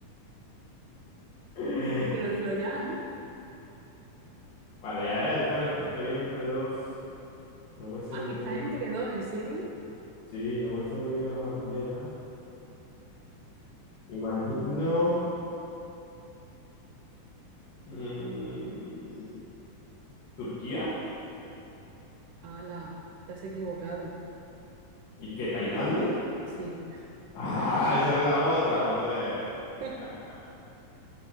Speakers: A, on the left (about 60°); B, on the right (about 75°).
A: <laughs>
B: Pero dilo ya, ¿no?
A: Vale, a ver, espera, es que estoy entre dos. No me sé
B: Ah,
A: muy
B: que
A: bien,
B: esta gente
A: ¿no?
B: quedó, ¿en serio?
A: Sí, no me sé muy bien las banderas. Imagino. mm, ¿Turquía?
B: Ala, te has equivocado.
A: ¿Y qué? ¿Tailandia?
B: Sí.
A: Ah, esa era la otra, joder.
B: <laughs>
A: Ah,